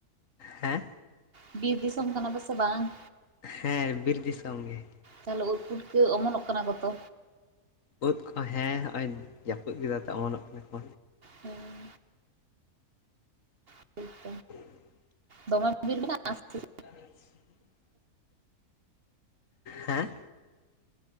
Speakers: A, on the left (about 60°); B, on the right (about 45°).
A: ᱦᱮᱸ?
B: ᱵᱤᱨ ᱫᱤᱥᱚᱢ ᱠᱟᱱᱟ ᱯᱮᱥᱮ ᱵᱟᱝ?
A: ᱦᱮᱸ ᱵᱤᱨ ᱫᱤᱥᱚᱢ ᱜᱮ᱾
B: ᱛᱟᱦᱚᱞᱮ ᱩᱫ ᱯᱩᱴᱠᱟᱹ ᱚᱢᱚᱱᱚᱜ ᱠᱟᱱᱟ ᱠᱚᱛᱚ᱾
A: ᱩᱫ ᱠᱚ ᱦᱮᱸ, ᱦᱚᱜᱼᱚᱭ ᱡᱟᱹᱯᱩᱫ ᱠᱮᱫᱟ ᱛᱚ ᱚᱢᱚᱱᱚᱜ ᱠᱟᱱᱟ ᱠᱚ᱾
B: ᱦᱮᱸ, <unintelligible>
A: <inaudible>
B: ᱫᱚᱢᱮ ᱵᱤᱨ ᱢᱮᱱᱟᱜᱼᱟᱥᱮ? <unintelligible>
A: <unintelligible> ᱦᱮᱸ,